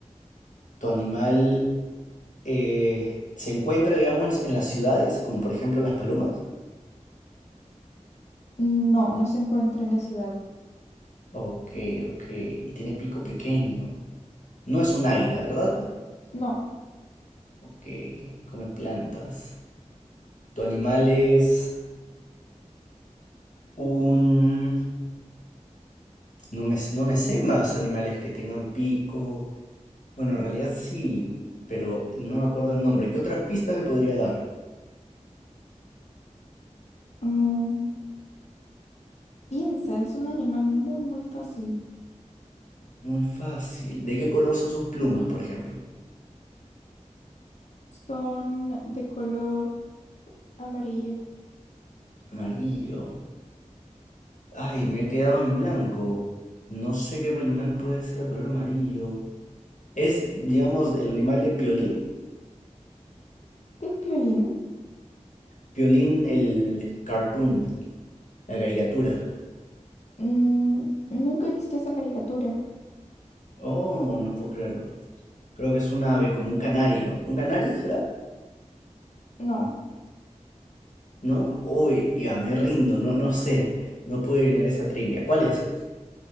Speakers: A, on the left (about 80°); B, on the left (about 60°).
A: ¿Tu animal eh, se encuentra, digamos, en las ciudades, como por ejemplo las palomas?
B: No, no se encuentra en la ciudad.
A: Ok, ok. Y tiene pico pequeño. No es un águila, ¿verdad?
B: No.
A: Ok, come plantas. ¿Tu animal es un... No me, no me sé más animales que tengan pico. Bueno, en realidad sí, pero no me acuerdo el nombre. ¿Qué otras pistas me podría dar?
B: Mm, piensa, es un animal muy, muy fácil.
A: Muy fácil. ¿De qué color son sus plumas, por ejemplo?
B: Son de color amarillo.
A: Amarillo. Ay, me he quedado en blanco. No sé qué animal puede ser de color amarillo. Es, digamos, el animal de Piolín.
B: ¿Qué es piolín?
A: Piolín, el cartoon, la caricatura.
B: Mm, nunca he visto esa caricatura.
A: Oh, no puedo creerlo. Creo que es un ave, como un canario. ¿Un canario será?
B: No,
A: ¿No? Uy, ya, me rindo, no, no sé. No puedo adivinar esa trivia. ¿Cuál es?